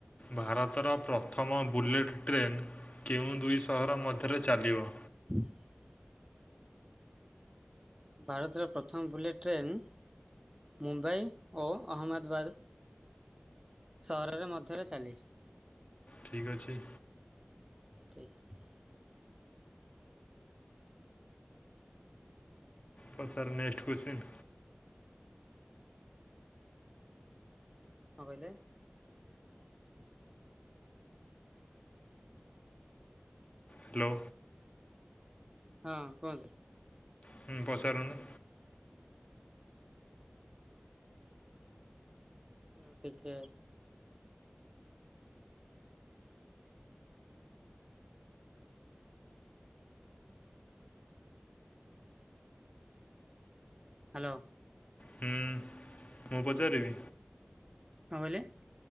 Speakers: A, on the left; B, on the right.
A: ଭାରତର ପ୍ରଥମ ବୁଲେଟ୍ ଟ୍ରେନ୍ କେଉଁ ଦୁଇ ସହର ମଧ୍ୟରେ ଚାଲିବ?
B: <inaudible> ଭାରତରେ ପ୍ରଥମ ବୁଲେଟ ଟ୍ରେନ ମୁମ୍ବାଇ ଓ ଅହମଦାବାଦ ସହରରେ ମଧ୍ୟରେ ଚାଲିଛି।
A: ଠିକ ଅଛି।
B: <unintelligible>
A: ପଚାର ନେକ୍ସଟ କ୍ୱେସ୍ଚିନ୍।
B: କଣ କହିଲେ?
A: ହ୍ୟାଲୋ।
B: ହଁ କୁହନ୍ତୁ।
A: ହୁଁ ପଚାରୁନ୍ତୁ।
B: ହ ଟିକେ। ହ୍ୟାଲୋ।
A: ହୁଁ ମୁଁ ପଚାରିବି।
B: କଣ କହିଲେ?